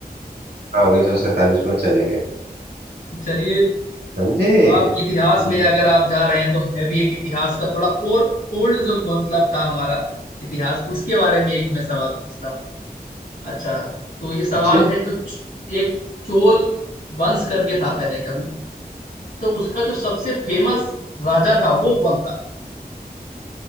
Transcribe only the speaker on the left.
चलिए
आप इतिहास
में अगर आप जा रहे हैं तो मैं भी एक इतिहास का थोड़ा और ओल्ड जो थो- मतलब था हमारा इतिहास उसके बारे में एक मैं सवाल पूछता हूँ अच्छा तो ये सवाल
है जो च- एक चोल वंश करके था पहले कभी तो उसका जो सबसे फेमस राजा था वो कौन था